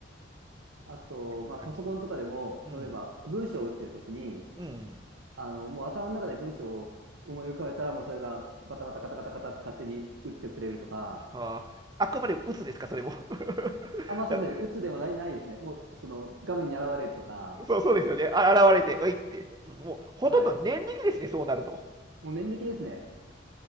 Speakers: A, on the right; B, on the right.
A: あと、まあ、
B: カニ。
A: パソコンとかでも、
B: うん。
A: 例えば文章を打ってるときに、
B: うん。
A: あの、もう頭の中で文章を思い浮かべたら、もうそれがバタバタカタカタカタって勝手に打ってくれるとか、
B: ああ、あくまで鬱ですか、それも。<laughs>
A: あ、まあそうですね、
B: だ
A: 打つでもない、ないですね。もう、その、画面に現れるとか、
B: そうそうですよね。あ現れて、おいって。もう、ほとんど年力ですね、
A: はい。
B: そうなると。
A: もう念力ですね。